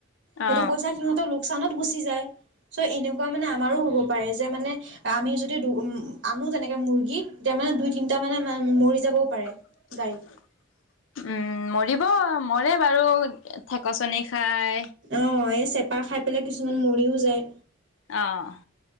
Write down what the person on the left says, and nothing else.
অ
<unintelligible>
উম', মৰি মৰে বাৰু ঠেকচনি খাই
অহ',